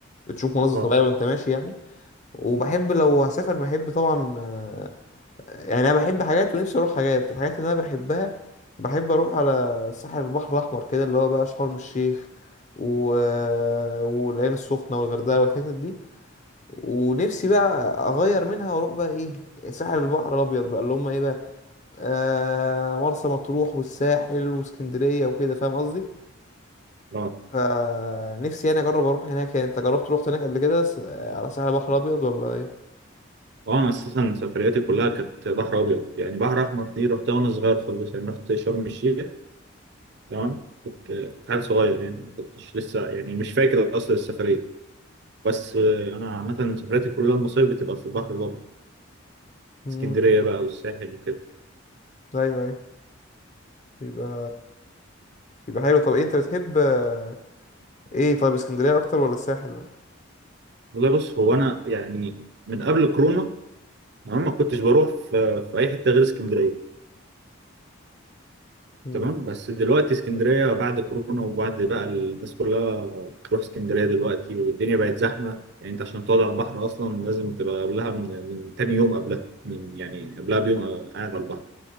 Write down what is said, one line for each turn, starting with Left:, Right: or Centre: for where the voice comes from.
Left: بتشوف مناظر
Right: اه
Left: طبيعية وانت ماشي يعني وبحب لو هسافر بحب طبعا آه، يعني انا بحب حاجات ونفسي اروح حاجات الحاجات اللي انا بحبها بحب اروح على ساحل البحر الاحمر كده اللي هو بقى شرم الشيخ و... آه، والعين السخنه والغردقه والحتت دي ونفسي بقى اغير منها واروح بقى ايه ساحل البحر الابيض بقى اللي هم ايه بقى آه مرسى مطروح والساحل واسكندريه وكده فاهم قصدي
Right: اه
Left: فنفسي انا اجرب اروح هناك يعني انت جربت روحت هناك قبل كده س- على ساحل البحر الابيض ولا ايه
Right: اه انا اساسا سفرياتي كلها كانت بحر ابيض يعني بحر احمر دي رحتها وانا صغير خالص يعني رحت شرم الشيخ تمام كنت كنت حال صغير يعني ما كنتش لسه يعني مش فاكر اصل السفريه بس آه، انا عامه سفرياتي كلها المصايف بتبقى في البحر الابيض
Left: امم
Right: اسكندريه بقى والساحل وكده
Left: ايوه ايوه يبقى يبقى حلو طب إيه انت بتحب آه، ايه طيب اسكندرية اكتر ولا الساحل ولا
Right: والله بص هو انا يعني من قبل كورونا انا ما كنتش بروح في, في اي حته غير اسكندريه
Left: مم.
Right: تمام بس دلوقتي اسكندرية بعد كورونا وبعد بقى الناس كلها بتروح اسكندرية دلوقتي والدنيا بقت زحمة يعني انت عشان تقعد على البحر اصلا لازم تبقى قبلها من, من تاني يوم قبلها من يعني قبلها بيوم قاعد على البحر